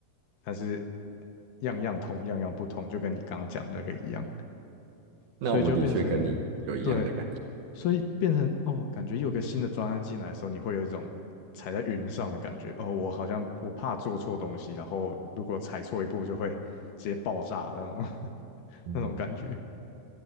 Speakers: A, on the left; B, on the right.
A: 但是样样通样样不通，就跟你刚刚讲的那个一样，
B: 那我的确跟你有一样的感觉。
A: 所以就变成对。所以变成哦，感觉有个新的专案进来的时候，你会有一种踩在云上的感觉。哦，我好像我怕做错东西，然后如果踩错一步就会直接爆炸那种 <laughs>
B: 嗯。
A: 那种感觉。